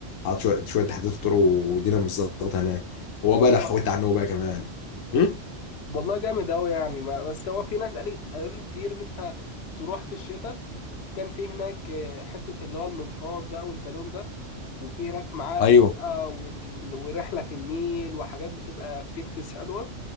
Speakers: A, on the left; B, on the left.
A: حط شويه شويه تحديثات طرق والدنيا مش ظابطه هناك هو
B: طب
A: بقى
B: والله
A: لو حكيت عنه بقى كمان م?
B: والله جامد قوي يعني ما بس هو في ناس قال قالوا له كتير ان انت تروح في الشتاء وكان في هناك آه، حته اللي هو المنطاد بقى والبالون ده وفي هناك معابد
A: ايوه
B: بقى وال... ورحله في النيل وحاجات بتبقى اكتيفيتيز حلوه